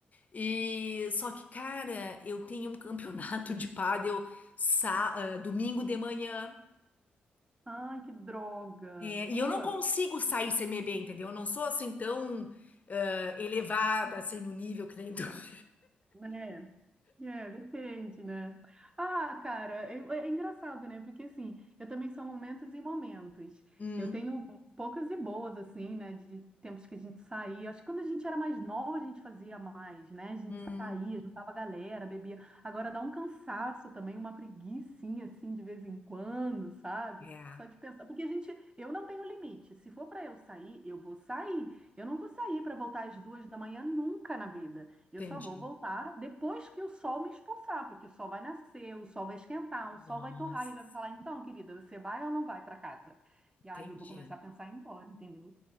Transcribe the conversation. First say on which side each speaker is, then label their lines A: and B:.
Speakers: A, on the left (about 35°); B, on the right (about 20°).
A: E só que, cara, eu tenho um campeonato de pádel sa- ah, domingo de manhã.
B: Ai, que droga.
A: É, e
B: Pô,
A: eu não consigo sair sem beber, entendeu? Eu não sou assim tão ah, elevada assim no nível que nem tu. <laughs>
B: né? É, depende, né? Ah, cara, é, é engraçado, né? Porque assim, eu também sou momentos e momentos.
A: Hum,
B: Eu tenho poucas e boas, assim, né? De tempos que a gente saía. Acho que quando a gente era mais nova, a gente fazia mais, né? A gente
A: hum,
B: saía, juntava a galera, bebia. Agora dá um cansaço também, uma preguicinha, assim, de vez em quando, sabe?
A: é,
B: Só de pensar. Porque a gente, eu não tenho limite. Se for para eu sair, eu vou sair. Eu não vou sair para voltar às duas da manhã nunca na vida. Eu
A: entendi.
B: só vou voltar depois que o sol me expulsar, porque o sol vai nascer, o sol vai esquentar, o sol
A: Nossa,
B: vai torrar, e ele vai falar, então, querida, você vai ou não vai para casa? E
A: entendi.
B: aí eu vou começar a pensar em ir embora, entendeu?